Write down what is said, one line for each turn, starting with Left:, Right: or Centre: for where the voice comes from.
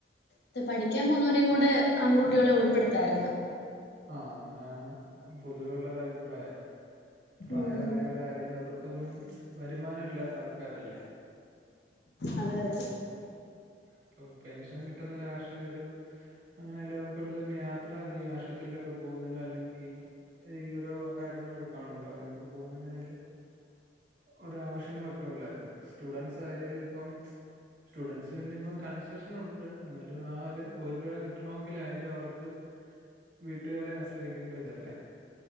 Left: ഇത് പഠിക്കാൻ പോന്ന വരെയും കൂടെ ആൺകുട്ടികളെ ഉൾപ്പെടുത്തായിരുന്നു.
Right: ആഹ് അങ്ങനെയാണ് പൊതുവേയുള്ള ഒരു അഭിപ്രായം പ്രായവായ
Left: ഉം
Right: ന്തായാലും അവർക്കൊന്നും വരുമാനം ഇല്ലാത്ത ആൾക്കാരല്ലേ.
Left: അതെ അതെ.
Right: ഇപ്പൊ പെൻഷൻ കിട്ടുന്ന കാശായാലും. അങ്ങനെ ആയാലും അവർക്ക് എവിടെലൊക്കെ യാത്ര ഈ ആശുപത്രിയിലൊക്കെ പോകുന്നതിനോ അല്ലെങ്കി ഈ ഓരോ കാര്യങ്ങളൊക്കെ കാണുല്ലോ അതിനൊക്കെ പോകുന്നതിനായാലും ഒരാവശ്യങ്ങളൊക്കെ ഉള്ളല്ലോ സ്റ്റുഡൻറ്സ് ആയാല് ഇപ്പം സ്റ്റുഡൻസ് പിന്നെ ഇപ്പം കൺസെഷൻ ഉണ്ട് എന്നാലും ആഹ് ഒര് ഒരു രൂപ കിട്ടണോങ്കില് ആയാലും അവർക്ക് വീട്ടുകാരെ ആശ്രയിക്കേണ്ട ഇതല്ലേ